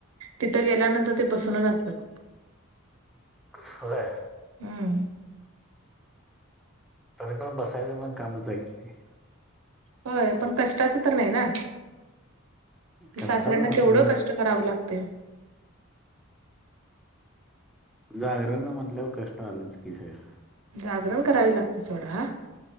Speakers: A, on the right; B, in the centre.
A: तिथं गेल्यानंतर ते बसूनच असतात.
B: ह
A: हम्
B: तरी पण बसायचं पण कामच ऐक नाही.
A: होय, पण कष्टाच तर नाही ना
B: कष्टाचं
A: सासऱ्यांना
B: नसतं
A: केवढं
B: तर
A: कष्ट. करावं लागते
B: जागर न म्हटल्यावर कष्ट आलेच की साहेब.
A: जागरण करावी लागते सोडा